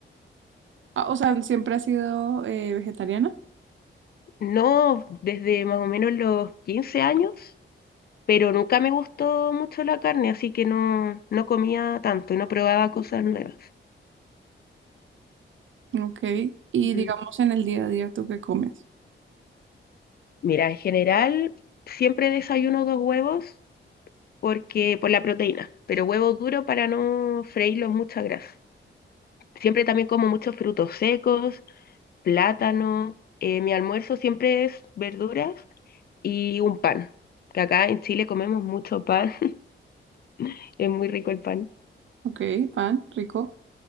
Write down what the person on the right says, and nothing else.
Ah, o sea, siempre ha sido eh, vegetariana.
Ok. Y
digamos en el día a día, ¿tú qué comes?
Ok, pan, rico.